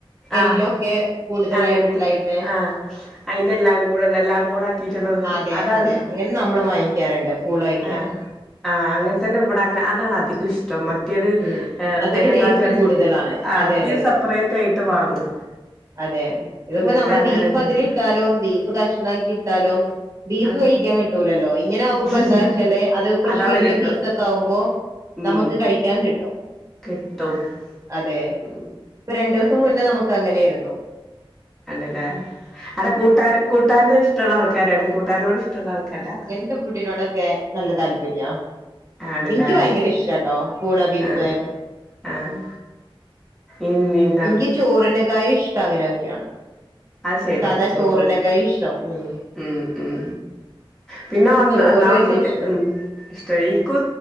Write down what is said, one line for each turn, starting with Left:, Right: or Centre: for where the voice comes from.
Right: എല്ലൊക്കെ
Centre: ആഹ്
Right: കൂടുതലായിട്ടുണ്ടായിട്ട്
Centre: അങ്ങനത്തെ ആഹ് അയിന്റെ എല്ലാം കൂടെ ഉള്ള എല്ലാം കൂടെ എത്തീട്ട്ള്ളത്
Right: അതെ
Centre: അതാണ്
Right: അതെ അങ്ങനെ നമ്മള്
Centre: ആഹ്
Right: വാങ്ങിക്കാറുണ്ട് പൂള വെക്കാന്
Centre: ആഹ് ആഹ് അങ്ങൻ തന്നെ ഇവ്ടെ അതാണ് അധികം ഇഷ് ട്ടൊ മറ്റേത്
Right: ഉം അതൊരു
Centre: അയിനെ
Right: ടേസ്റ്റ്
Centre: കാട്ടി അറിയും
Right: കൂടുതലാണ്
Centre: ആഹ്
Right: അതെ അതെ
Centre: ഇത് സപ്പ്രേറ്റായിട്ട് വാങ്ങും
Right: അതേ ഇതിപ്പൊ
Centre: എന്നിട്ട്
Right: നമ്മള്
Centre: അങ്ങനെയൊക്കെയാണ്
Right: ബീഫ് അതിലിട്ടാലും ബീഫ് കഷ്ണാക്കി ഇട്ടാലും ബീഫ്
Centre: ആഹ്
Right: വേഴിക്കാൻ കിട്ടൂലല്ലോ ഇങ്ങനെ ആവുമ്പൊ എന്താചാല്
Centre: ഇല്ല
Right: അത് കൊറ്ച്ച്
Centre: അതവിടെ
Right: വല്യ
Centre: കിട്ടും
Right: പീസൊക്കാവുമ്പൊ
Centre: ഉം
Right: നമ്മക്ക് കഴിക്കാൻ കിട്ടും
Centre: കിട്ടും
Right: അതേ
Centre: ഉം
Right: ഇപ്പ രണ്ടൂസം മുന്നെ നമ്മക്ക് അങ്ങനെയാര്ന്നു
Centre: ആണ്ലേ അവ്ടെ കൂട്ടാ കൂട്ടാന്റ ഇഷ്ട്ടള്ള ആൾക്കാരാടെ കൂട്ടാനോട് ഇഷ്ട്ടള്ള ആൾക്കാരാ
Right: എനിക്ക് ഫുഡിനോടൊക്കെ നല്ല താല്പര്യാ
Centre: ആണല്ലേ
Right: എനിക്ക് ഭയങ്കര ഇഷ്ടാട്ടോ പൂള, ബീഫ്
Centre: ആഹ് ആഹ് എന്നിം
Right: എനിക്ക് ചോറിനെക്കായും ഇഷ്ടം അങ്ങനെയൊക്കെയാണ്
Centre: അഹ് ശരിയാണ്
Right: സാധാ
Centre: ചോറും
Right: ചോറിനേക്കായി ഇഷ്ടം ഉം
Centre: ഉം ഉം പിന്നെ ഒന്നാ
Right: ചോറ്
Centre: ഒന്നാമത്തെ
Right: വല്യ
Centre: സത്യംഉം
Right: ഇഷ്ട
Centre: ഇഷ്ടായി എനിക്കു